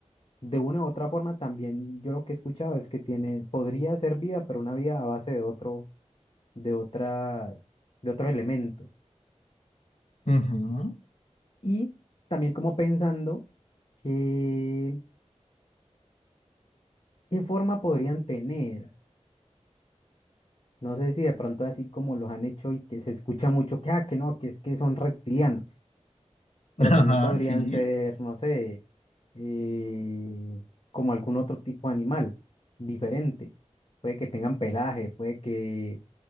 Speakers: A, on the left; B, on the left.
A: de una u otra forma también yo lo que he escuchado es que tiene, podría ser vida, pero una vida a base de otro, de otras, de otros elementos.
B: ujú,
A: Y también como pensando que ¿Qué forma podrían tener? No sé si de pronto así como los han hecho y que se escucha mucho que, ah, que no, que es que son reptilianos, pero
B: ajá,
A: también podrían
B: sí.
A: ser, no sé, eh, como algún otro tipo de animal diferente. Puede que tengan pelaje, puede que